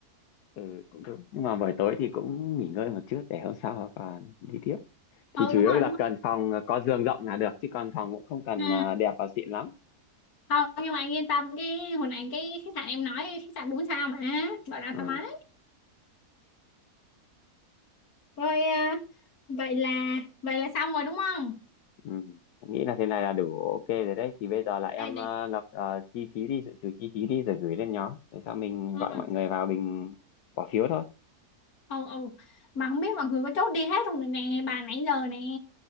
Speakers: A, on the left (about 85°); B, on the left (about 70°).
A: ừ cũng được nhưng mà buổi tối thì cũng nghỉ ngơi một chút để hôm sau còn đi tiếp thì
B: ừ
A: chủ
B: đúng
A: yếu
B: rồi
A: là
B: đúng rồi
A: cần phòng ờ, có giường rộng là được chứ còn phòng cũng không cần
B: ừ
A: à, đẹp và xịn lắm
B: không nhưng mà anh yên tâm cái hồi nãy cái khách sạn em nói khách sạn bốn sao mà bảo đảm
A: ừ.
B: thoải mái rồi à, vậy là vậy là xong rồi đúng không
A: Ừ. Em nghĩ là thế này là đủ ok rồi đấy thì bây giờ là em
B: Ê,
A: ờ,
B: để,
A: lập ờ, chi phí đi dự trù chi phí đi rồi gửi lên nhóm để sau mình
B: ừ.
A: gọi mọi người vào mình bỏ phiếu thôi
B: ừ ừ mà không biết mọi người có chốt đi hết không rồi nè bà nãy giờ nè